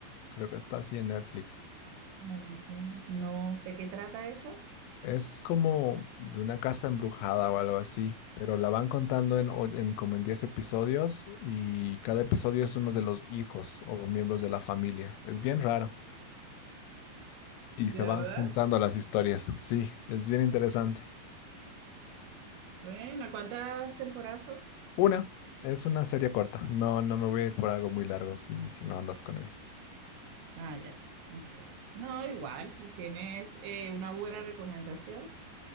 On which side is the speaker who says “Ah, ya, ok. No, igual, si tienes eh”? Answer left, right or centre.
Right